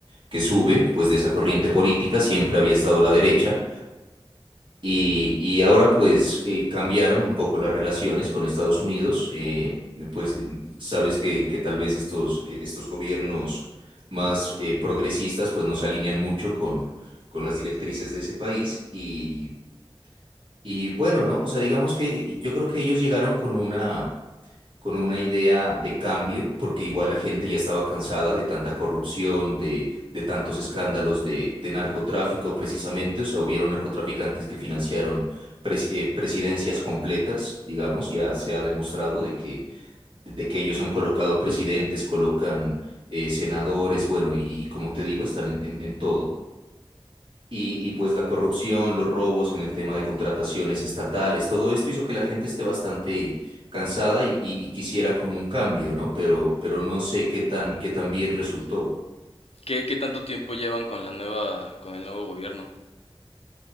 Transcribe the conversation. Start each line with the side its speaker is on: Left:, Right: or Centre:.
Right: que sube, pues de esa corriente política, siempre había estado la derecha. Y, y ahora pues eh, cambiaron un poco las relaciones con Estados Unidos, eh, pues eh, sabes que, que tal vez estos, eh, estos gobiernos más eh, progresistas pues no se alinean mucho con, con las directrices de ese país y, y bueno, ¿no? O sea, digamos que yo creo que ellos llegaron con una con una idea de cambio, porque igual la gente ya estaba cansada de tanta corrupción, de, de tantos escándalos de, de narcotráfico precisamente, o sea, hubieron narcotraficantes que financiaron pres- eh, presidencias completas, digamos, ya se ha demostrado de que, de que ellos han colocado presidentes, colocan eh, senadores, bueno, y, y como te digo, están en, en en todo. Y, y pues la corrupción, los robos en el tema de contrataciones estatales, todo esto hizo que la gente esté bastante cansada y, y- y quisiera como un cambio, ¿no? Pero, pero no sé qué tan, qué tan bien resultó.
Left: ¿Qué, qué tanto tiempo llevan con, la nueva, con el nuevo gobierno?